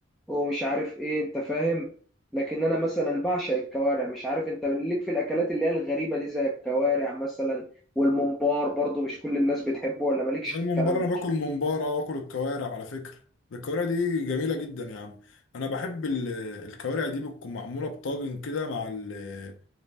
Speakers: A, in the centre; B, on the left.
A: ومش عارف ايه انت فاهم لكن انا مثلا بعشق الكوارع مش عارف انت ليك في الاكلات اللي هي الغريبه دي زي الكوارع مثلا والممبار برضو مش كل الناس بتحبه ولا مالكش
B: يعني
A: في
B: الممبار
A: الكلام
B: انا
A: ده
B: باكل ممبار اه واكل الكوارع على فكره ده الكوارع دي جميله جدا يا عم انا بحب ال- الكوارع دي بتكون معموله بطاجن كده مع ال